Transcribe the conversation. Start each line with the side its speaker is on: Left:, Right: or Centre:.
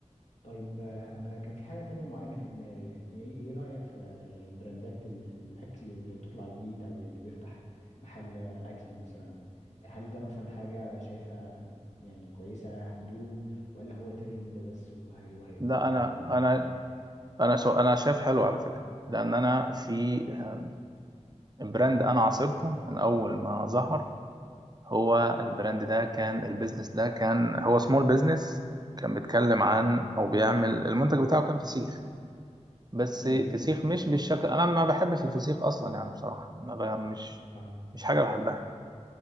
Left: طيب آه، انا كان في حاجة تانية معينة في دماغي يعني ايه إيه رأيك في يعني براندات ال- الاكل اللي بتطلع جديد او اللي بيفتح محل اكل مثلا هل ده مثلا حاجة شايفها يعني كويسة هتدوم ولا هو ترند بس وهي وهيروح
Right: لا انا
Left: ولا ايه الدنيا
Right: انا انا سو... انا شايف حلو على فكرة لان انا في آه، براند انا عاصرته من اول ما ظهر هو البراند ده كان البيزنس ده كان هو سمول بيزنس كان بيتكلم عن او بيعمل المنتج بتاعه كان فسيخ بس
Left: امم
Right: فسيخ مش بالشكل انا ما بحبش الفسيخ اصلا يعني بصراحه ما ب... مش
Left: اه
Right: مش حاجه بحبها